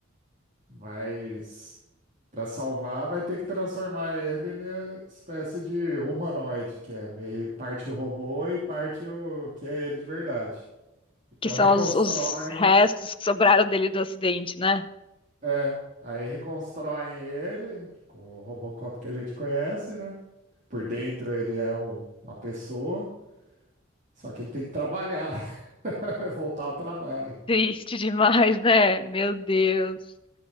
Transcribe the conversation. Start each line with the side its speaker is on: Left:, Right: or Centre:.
Right: mas para salvar vai ter que transformar ele numa espécie de humanoide, que é meio parte robô e parte o que é ele de verdade. Então
Left: Que são
Right: reconstroem,
Left: os, os restos que sobraram dele do acidente, né?
Right: é, aí reconstroem ele com o Robocop que a gente conhece, né? Por dentro ele é o- uma pessoa, só que ele tem que trabalhar, <laughs> voltar ao trabalho.
Left: Triste demais, né? Meu Deus.